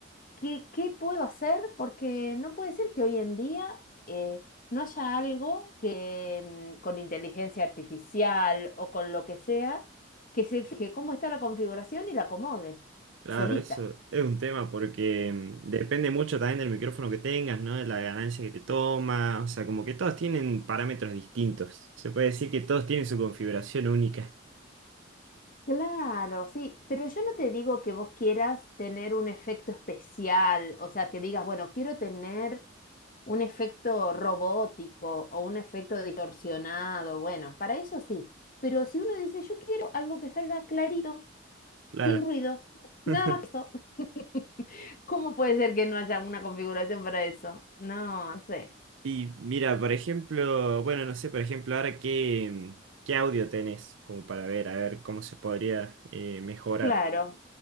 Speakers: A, on the left (about 45°); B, on the right (about 70°).
A: ¿Qué, qué puedo hacer? Porque no puede ser que hoy en día eh, no haya algo que mm, con inteligencia artificial o con lo que sea, que se fije cómo está la configuración y la acomode
B: Claro,
A: solita.
B: eso es un tema porque mm, depende mucho también del micrófono que tengas, ¿no? De la ganancia que te toma, o sea, como que todos tienen parámetros distintos. Se puede decir que todos tienen su configuración única,
A: Claro, sí, pero yo no te digo que vos quieras tener un efecto especial, o sea, que digas, bueno, quiero tener un efecto robótico o un efecto distorsionado, bueno, para eso sí, pero si uno dice, yo quiero algo que salga clarito
B: claro.
A: sin ruido, nada
B: <laughs>
A: más que eso. <laughs> ¿Cómo puede ser que no haya una configuración para eso? No, no sé.
B: Y mira, por ejemplo, bueno, no sé, por ejemplo, ahora qué, mm, qué audio tenés, como para ver, a ver cómo se podría eh, mejorar.
A: Claro,